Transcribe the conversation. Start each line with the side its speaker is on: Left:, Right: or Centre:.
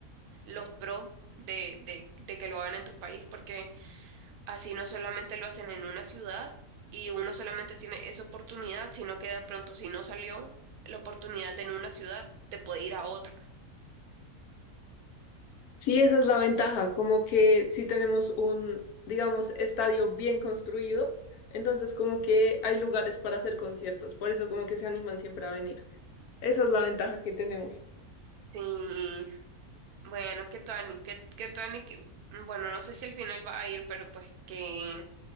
Right: los pros de de de que lo hagan en tu país porque Así no solamente lo hacen en una ciudad y uno solamente tiene esa oportunidad, sino que de pronto si no salió la oportunidad en una ciudad, te puede ir a otra.
Left: Sí, esa es la ventaja, como que si tenemos un, digamos, estadio bien construido, entonces como que hay lugares para hacer conciertos, por eso como que se animan siempre a venir. Esa es la ventaja que tenemos.
Right: Sí, bueno, que Tuani, que, que Tuani, que- bueno, no sé si al final va a ir, pero pues que,